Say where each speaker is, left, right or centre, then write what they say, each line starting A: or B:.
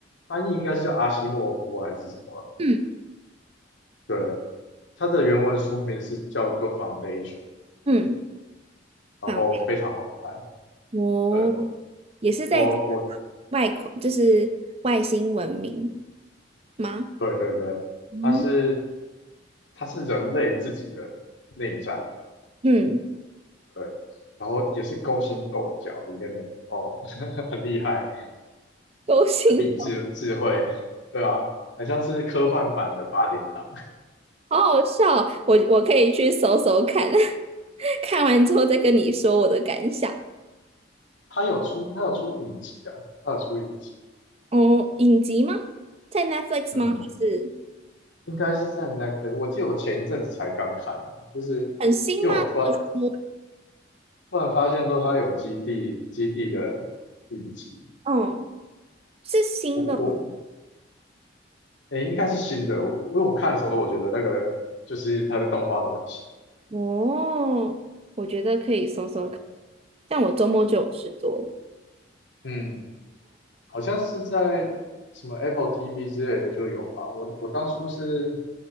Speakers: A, on the left; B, on the right.
A: 翻译应该是叫阿西莫夫还是什么？
B: 嗯
A: 对，它的原文书名是叫做《Foundation》，
B: 嗯，
A: 然后非常好看。
B: 访哦，
A: 对，
B: 也是在
A: 我我
B: 外口，就是外星文明吗？
A: 对对对，
B: 哦，
A: 它是它是人类自己的内战，
B: 嗯，
A: 对，然后也是勾心斗角里面的哦，<laughs> 很厉害，
B: 勾心，
A: 这比智智慧，对啊，很像是科幻版的八点档。
B: 好好笑，我我可以去搜搜看，<laughs> 看完之后再跟你说我的感想。
A: 它有出它有出影集啊，它有出影集，
B: 哦，影集吗？在 Netflix
A: 嗯。
B: 吗？还是
A: 应该是在 Netflix。我记得我前一阵子才刚看的，就是
B: 很新吗？
A: 因为我突然
B: 或者是
A: 突然发现说它有基地基地的影集，
B: 哦，是新的吗
A: 我我诶、应该是新的，我因为我看的时候我觉得那个就是它的动画都很新，
B: 哦，我觉得可以搜搜看，
A: 对，
B: 但我周末就有事做了。
A: 嗯，好像是在什么 Apple TV 之类的就有吧。我我当初是